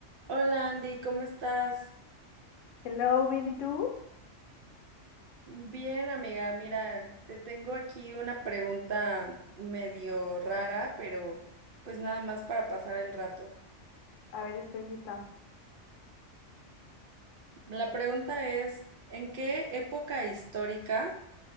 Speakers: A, on the right; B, on the left.
A: Hola Andy, ¿cómo estás?
B: Hello, ¿bien y tú?
A: Bien, amiga, mira, te tengo aquí una pregunta medio rara, pero pues nada más para pasar el rato.
B: A ver, estoy lista.
A: La pregunta es, ¿en qué época histórica